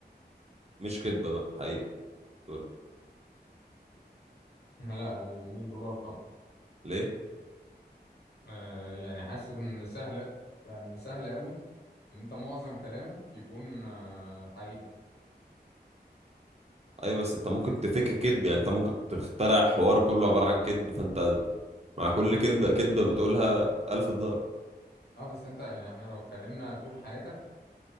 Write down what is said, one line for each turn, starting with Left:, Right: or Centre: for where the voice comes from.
Right: مش كدبة بقى حقيقة دول
Left: لا ال 100 دولار طبعا
Right: ليه؟
Left: آه يعني حاسس ان سهل يعني سهل قوي ان انت معظم كلامك يكون آه حقيقة
Right: اي بس انت ممكن تفك كدب يعني انت ممكن تخترع حوار كله عبارة عن كدب فانت مع كل كدبة كدبة بتقولها 1000 دولار
Left: اه بس انت يعني احنا لو اتكلمنا طول حياتك